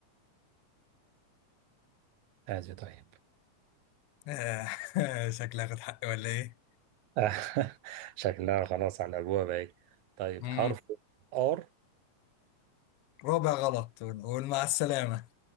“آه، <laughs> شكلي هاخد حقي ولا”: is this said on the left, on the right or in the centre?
Left